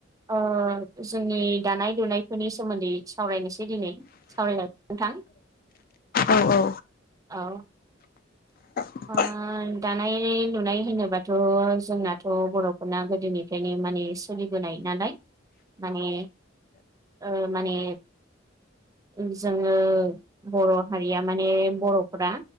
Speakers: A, on the right; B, on the left.
A: ओ जोंनि दानाय लुनायफोरनि सोमोन्दै सावरायनोसै दिनै सावराय जागोन नोंथां
B: औ औ
A: औ
B: <inaudible>
A: ओ दानाय लुनाय होनोबाथ' जोंनाथ' बर'फोरना गोदोनिफ्रायनो माने सोलिबोनाय नालाय माने ओ माने उम जोङो बर' हारिया माने बर'फोरा